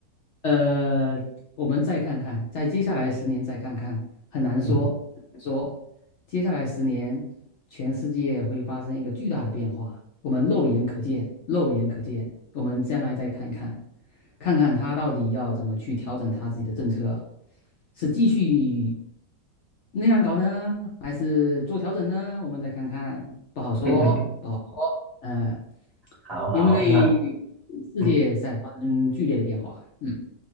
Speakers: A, on the left; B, in the centre.
A: 呃，我们再看看，在接下来十年再看看，很难说，
B: 嗯，
A: 很难说接下来十年，全世界会发生一个巨大的变化，我们肉眼可见，肉眼可见，我们将来再看一看，看看他到底要怎么去调整他自己的政策，是继续那样搞呢，还是做调整呢？我们再看看，不好说，
B: <laughs>
A: 不好说，嗯、
B: 好好好，
A: 因为
B: 那
A: 世界在发生剧烈的变化，
B: 嗯，
A: 嗯。